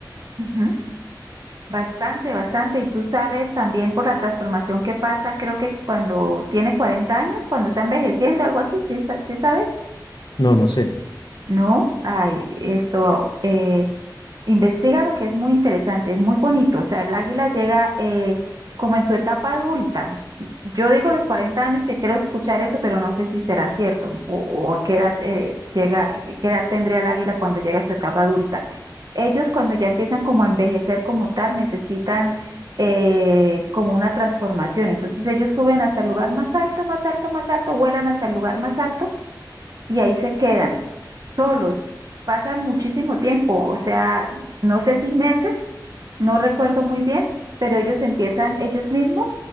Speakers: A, on the right; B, on the left.
A: ujú. Bastante, bastante. Y tú sabes también por la transformación que pasa, creo que cuando tiene 40 años, cuando está envejeciendo, algo así, ¿sí, sa- sí sabes?
B: No, no sé.
A: No, ay, esto, eh, Investiga lo que es muy interesante, es muy bonito. O sea, el águila llega eh, como en su etapa adulta. Yo digo los 40 años que quiero escuchar eso, pero no sé si será cierto o, o a qué edad, eh, llega, qué edad tendría el águila cuando llega a su etapa adulta. Ellos cuando ya empiezan como a envejecer como tal, necesitan eh, como una transformación. Entonces ellos suben hasta el lugar más alto, más alto, más alto, vuelan hasta el lugar más alto y ahí se quedan solos. Pasan muchísimo tiempo, o sea, no sé si meses no recuerdo muy bien, pero ellos empiezan ellos mismos,